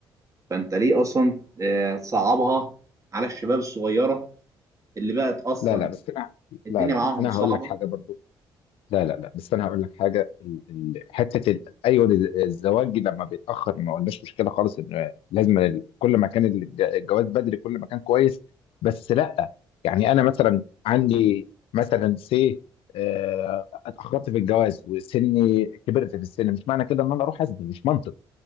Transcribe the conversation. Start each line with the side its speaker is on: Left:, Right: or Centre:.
Right: فانت ليه اصلا آه، تصعبها على الشباب الصغيره اللي بقت اصلا
Left: لا لا بس انا
Right: الدنيا
Left: لا لا
Right: معاهم
Left: لا انا
Right: صعبه
Left: هقول لك حاجه برضو لا لا لا بس انا هقول لك حاجه ال- ال- حته ال- ايوه ال- الزواج لما بيتاخر ما قلناش مشكله خالص ان لازم ال- كل ما كان الج- الجواز بدري كل ما كان كويس بس لا يعني انا مثلا عندي مثلا سي آه، اتاخرت في الجواز وسني كبرت في السن مش معنى كده ان انا اروح ازني مش منطق